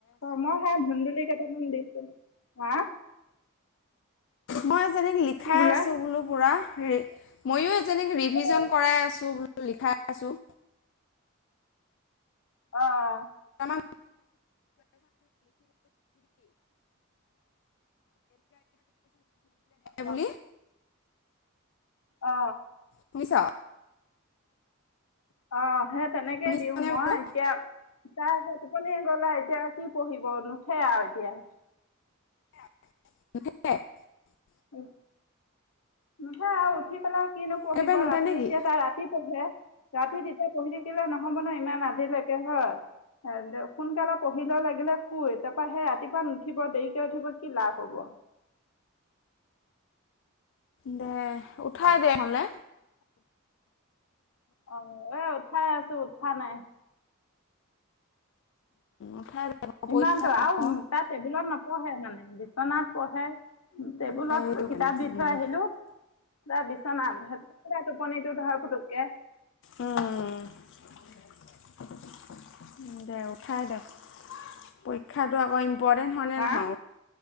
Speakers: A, on the left (about 80°); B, on the left (about 60°).
A: অ মই হে ধুন্দুলি কেইটামান দিছো। হা?
B: মই জানীক লিখাই
A: কি বোলে
B: আছো বোলো পুৰা। মইয়ো <unintelligible> ৰিভিজন
A: অ
B: কৰাই আছো বোল লিখা আছোঁ।
A: অহ।
B: <inaudible> <inaudible> <inaudible> নাই
A: অ
B: বুলি
A: অ।
B: শুনিছ?
A: আহ সে তেনেকে
B: শুনিছনে
A: দিও মই,
B: বোলো
A: এতিয়া তাৰ টোপনিয়ে গ'লা এতিয়া কি পঢ়িব নুঠে আ এতিয়া।
B: <inaudible>
A: উ। নুঠে আও উঠি পেলাই। কিনো পঢ়িব
B: একেবাৰে নুঠে
A: ৰাতি
B: নেকি
A: এতিয়া তাই ৰাতি পঢ়ে। ৰাতি তেতিয়া পঢ়ি থাকিলে নহ'ব ন ইমান আজিলৈকে হয়। দে সোনকালে পঢ়িল ল লাগিলে শুই। তাৰপা সেই ৰাতিপুৱা নুঠিব দেৰিকে উঠিব কি লাভ হ'ব?
B: দে উঠাই দে হলে।
A: অ এ উঠাই আছো উঠা নাই।
B: উঠাই দে পৰীক্ষা
A: ইমানতটো
B: আকৌ
A: আও তাৰ টেবুলত নপঢ়ে মানে, বিচনাত পঢ়ে। টেবুলত
B: সেইটো
A: কিতাপ
B: কাৰণে
A: দি থৈ
B: উম।
A: আহিলো তাৰ বিচনাত সেই ত টোপনিটো ধৰ ফুট কে।
B: উম দে উঠাই দে পৰীক্ষাতটো আকৌ ইম ইম্পৰ্টেণ্ট হয় নে
A: হা
B: নহয়?